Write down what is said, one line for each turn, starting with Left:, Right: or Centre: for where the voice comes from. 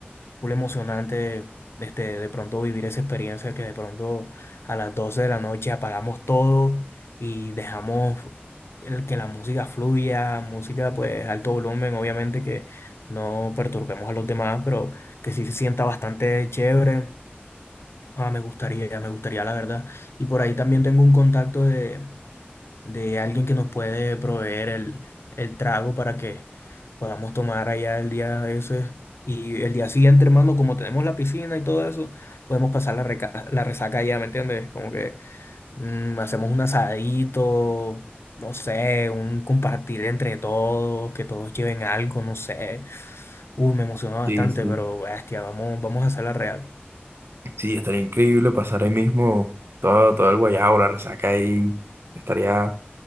Left: full emocionante este, de pronto vivir esa experiencia que de pronto a las 12 de la noche apagamos todo y dejamos el que la música fluya, música pues alto volumen, obviamente que no perturbemos a los demás, pero que sí se sienta bastante chévere. Ah, me gustaría, me gustaría la verdad. Y por ahí también tengo un contacto de de alguien que nos puede proveer el, el trago para que podamos tomar allá el día ese. Y el día siguiente, hermano, como tenemos la piscina y todo eso, podemos pasar la, reca- la resaca allá, ¿me entiendes? Como que mm, hacemos un asadito, no sé, un compartir entre todos, que todos lleven algo, no sé. Uh, me emociona bastante,
Right: Sí, sí.
Left: pero bestia, vamos, vamos a hacer la real.
Right: Sí, estaría increíble pasar ahí mismo todo, todo el guayabo, la resaca ahí. Estaría